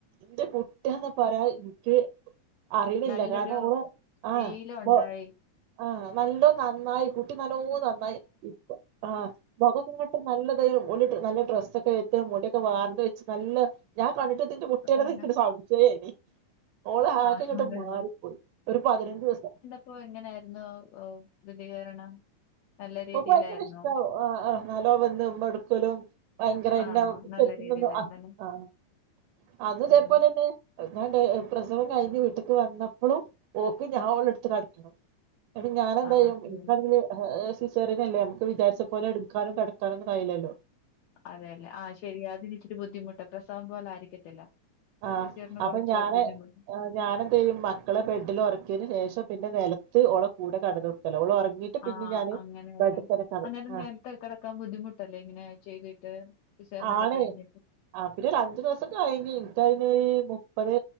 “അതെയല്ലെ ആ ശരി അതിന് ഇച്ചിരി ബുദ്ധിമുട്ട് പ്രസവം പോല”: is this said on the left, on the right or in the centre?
Left